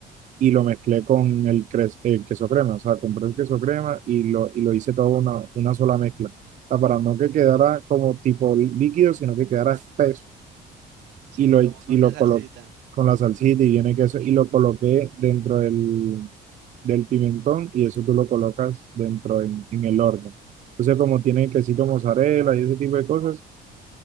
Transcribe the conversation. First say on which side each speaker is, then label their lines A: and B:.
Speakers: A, on the right; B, on the right.
A: y lo mezclé con el, cres- el queso crema, o sea, compré el queso crema y lo, y lo hice todo una, una sola mezcla, o sea, para
B: Ok.
A: no que
B: Sí,
A: quedara como tipo lí- líquido, sino que quedara espeso
B: sí,
A: y lo,
B: como
A: y
B: con una
A: lo
B: salsita.
A: coloqué con la salsita y viene queso y lo coloqué dentro del, del pimentón y eso tú lo colocas dentro en, en el horno. Entonces, como tiene quesito mozzarella y ese tipo de cosas,